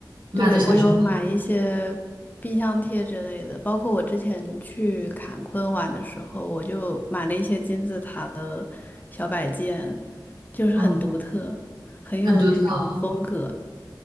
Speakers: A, on the right; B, on the left.
A: 买的小熊猫
B: 对，我有买一些冰箱贴之类的，包括我之前去坎昆玩的时候，我就买了一些金字塔的小摆件，就是很独特，
A: 啊，
B: 很有那种风格。
A: 很独特啊。